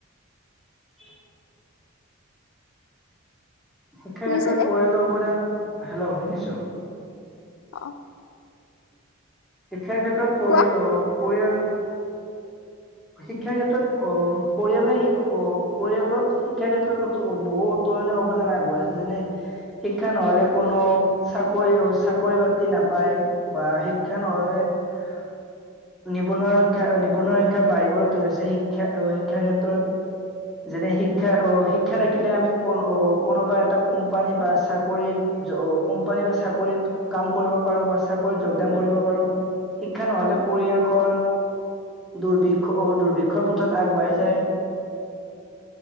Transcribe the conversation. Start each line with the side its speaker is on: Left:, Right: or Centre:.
Centre: <inaudible> শিক্ষাৰ
Left: শুনিছানে?
Centre: ক্ষেত্ৰত পৰিয়ালৰ অৱদান, হেল্ল' শুনিছো।
Left: অ।
Centre: শিক্ষাৰ ক্ষেত্ৰত পৰি
Left: কোৱা
Centre: অ পৰিয়াল শিক্ষাৰ ক্ষেত্ৰত অ পৰিয়ালে শিক অ পৰিয়ালত শিক্ষাৰ ক্ষেত্ৰত অ তো বহুত তো মানে অৱদান আগবঢ়াইছে যেনে শিক্ষা নহ'লে কোনো, চাকৰি অ চাকৰি বাতি নাপায়। বা শিক্ষা নহয় নিবনুৱাৰ সংখ্যা অ নিবনুৱা শিক্ষা বাঢ়িবলৈ ধৰিছে শিক্ষা অ শিক্ষাৰ ক্ষেত্ৰত যেনে শিক্ষা অ শিক্ষা থাকিলে আমি কোন অ কোনোবা এটা কোম্পানী বা চাকৰিত যো অ কোম্পানী বা চাকৰিত কাম কৰিব পাৰো বা চাকৰিত যোগদান কৰিব পাৰো। শিক্ষা নহ'লে পৰিয়ালখন দুৰভিক্ষ অ দুুৰভিক্ষৰ পথত আগবাঢ়ি যায়।